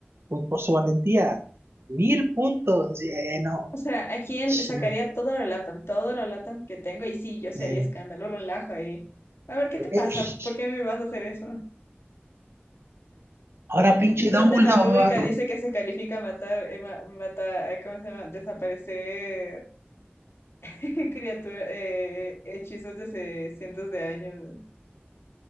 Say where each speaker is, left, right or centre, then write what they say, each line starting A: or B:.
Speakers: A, on the right; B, on the left.
A: pues, por su valentía. Mil puntos. Sí, eh, no.
B: O sea, aquí en-
A: Ch-
B: sacaría todo lo LATAM, todo lo LATAM que tengo y sí, yo sí
A: eh,
B: haría escándalo, relajo ahí. A ver, ¿qué
A: eh,
B: te pasa?
A: sh-
B: ¿Por qué a mí me vas a hacer eso?
A: ahora pinche
B: ¿Dónde
A: Dumbledore.
B: en la rúbrica dice que se califica matar, eh, ma- mata- eh, ¿cómo se llama? Desaparecer <laughs> criaturas, hechizos de hace cientos de años.